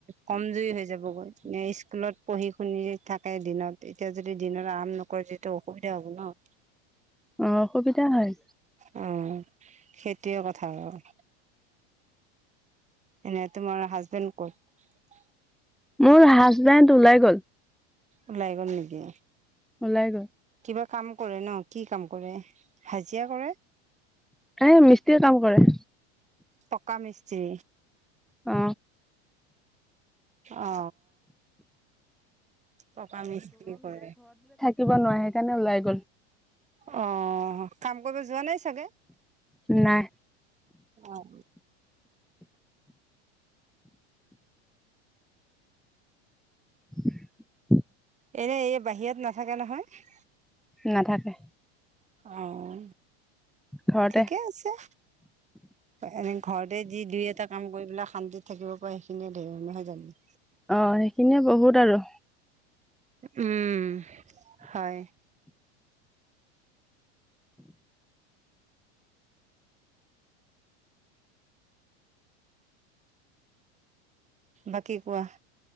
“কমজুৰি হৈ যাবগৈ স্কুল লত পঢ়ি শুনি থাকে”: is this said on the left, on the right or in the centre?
Right